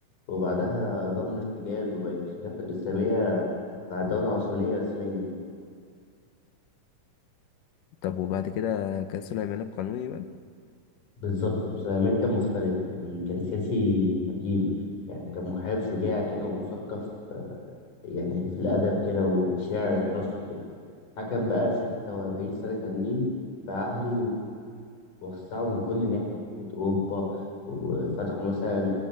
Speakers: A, on the left (about 70°); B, on the left (about 80°).
A: وبعدها ضم الحجاز وبقت الخلافة الإسلامية مع الدولة العثمانية رسميا يعني.
B: طب وبعد كده جه سليمان القانوني بقى
A: بالظبط وسليمان كان مختلف كان كان سياسي حكيم يعني كان محارب شجاع كده ومثقف يعني في الأدب كده وشاعر في نفسه كده حكم بقى 46 سنة كاملين في عهده وسعوا من كل ناحية ناحية أوروبا وفتحوا مثلا